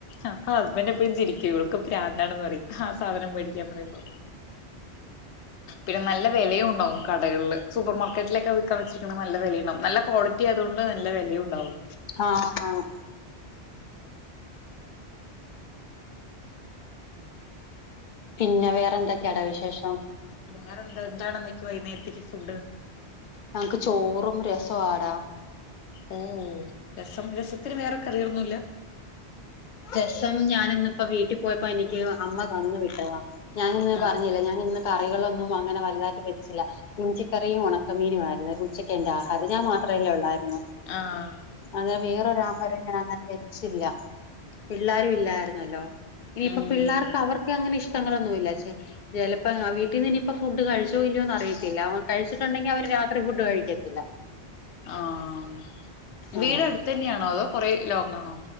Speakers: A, on the left (about 80°); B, on the left (about 50°).
A: അപ്പൊ ഹസ്ബൻഡറ് എപ്പഴും ചിരിക്കും ഇവൾക്ക് പ്രാന്താണന്ന് പറയും ആഹ് സാധനം വെ ക്ക്യാ പറയുമ്പോ പിന്നെ നല്ല വെലയുണ്ടാവും കടകൾല് സൂപ്പർ മാർക്കറ്റിലൊക്കെ വിക്കാൻ വെച്ചിരിക്കുന്നത് നല്ല വിലയുണ്ടാവും നല്ല ക്വാളി കിട്ടിയതുണ്ട് നല്ല വെലെണ്ടാവും
B: ആഹ് ആഹ് പിന്നെ വേറെ എന്തൊക്കെട വിശേഷം
A: അഹ് വേറെ എന്ത എന്താണന്നൊയ്ക വൈന്നേരത്തേക്ക് ഫുഡ്
B: നംക്ക് ചോറും രസാടാം
A: ഉ ഊ രസം രസത്തിന് വേറെ കറികളൊന്നുല്ല
B: രസം ഞാാനന്നിപ്പോ വീട്ടി പോയപ്പോ എനിക്ക് അമ്മ തന്നു വിട്ടതാ ഞാനിന്ന്
A: ആഹ്
B: പറഞ്ഞില്ല ഞാൻ ഇന്ന് കറികളൊന്നും അങ്ങനെ വലുതായിട്ട് വെച്ചില്ല ഇഞ്ചിക്കറിയും ഉണക്കമീനും ആയിരുന്നു ഉച്ചക്ക് എന്റെ ആഹാരം ഞാൻ മാത്രല്ലേ ഉള്ളായിരുന്നു
A: ആഹ്
B: അതെ വേറൊരു ആഹാരം ഞാൻ അങ്ങനെ വെച്ചില്ല പിള്ളേരു ഇല്ലായിരുന്നല്ലോ ഇനിയിപ്പ
A: ഉം
B: പിള്ളേർക്ക് അവർക്ക് അങ്ങനെ ഇഷ്ടങ്ങളൊന്നുല്ല ച്ചേ ചെലപ്പങ്ങാ വീട്ടിന്നി നിയിപ്പോ ഫുഡ് കഴിച്ചോ ഇല്ലയോന്ന് അറിയത്തില്ല കഴിച്ചിട്ടുണ്ടെങ്കി അവര് രാത്രി ഫുഡ് കഴിക്കത്തില്ല
A: ആഹ് വീട്
B: അങ്ങനെ
A: അടുത്തു തന്നെയാണോ അതോ കൊറെ ലോങ്ങാണോ